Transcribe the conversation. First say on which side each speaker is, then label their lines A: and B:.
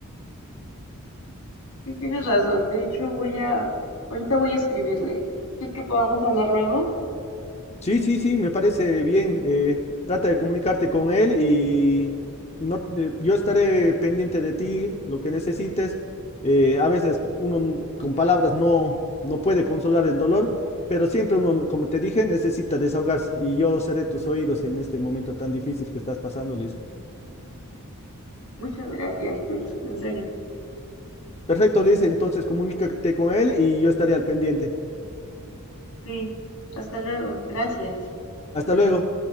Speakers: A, on the left (about 75°); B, on the left (about 30°).
A: Sí, tienes razón. De hecho, voy a, ahorita voy a escribirle. ¿Quieres que podamos hablar luego?
B: Sí, sí, sí, me parece bien. eh, trata de comunicarte con él y no, eh, yo estaré pendiente de ti, lo que necesites. Eh, a veces uno n- con palabras no, no puede consolar el dolor, pero siempre uno, como te dije, necesita desahogarse y yo seré tus oídos en este momento tan difícil que estás pasando, Liz.
A: Muchas gracias, Luis. En serio.
B: Perfecto, Liz, entonces comunícate con él y yo estaré al pendiente.
A: Sí. Hasta luego. Gracias.
B: Hasta luego.